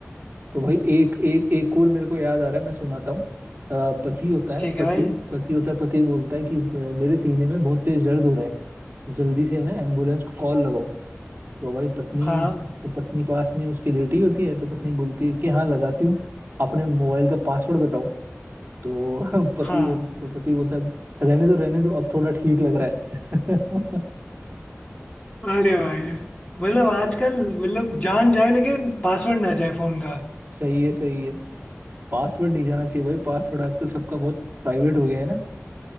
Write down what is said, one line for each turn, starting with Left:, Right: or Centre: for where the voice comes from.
Right: तो भाई एक एक एक और मेरे को याद आ रहा है मैं सुनाता हूँ अ, पति होता है
Left: ठीक
Right: पति
Left: है भाई
Right: पति होता है पति बोलता है कि "अ, मेरे सीने में बहुत तेज दर्द हो रहा है जल्दी से है ना एम्बुलेंस को कॉल लगाओ तो भाई पत्नी
Left: हाँ
Right: तो पत्नी पास में उसकी लेटी होती है तो पत्नी बोलती है कि हाँ लगाती हूँ अपने मोबाइल का पासवर्ड बताओ तो <laughs> पति
Left: हाँ
Right: बोल तो पति बोलता है रहने दो रहने दो अब थोड़ा ठीक लग रहा है
Left: अरे भाई मतलब आजकल मतलब जान जाए लेकिन पासवर्ड ना जाए फोन का
Right: <laughs> सही है सही है पासवर्ड नहीं जाना चाहिए भाई पासवर्ड आजकल सबका बहुत प्राइवेट हो गया है ना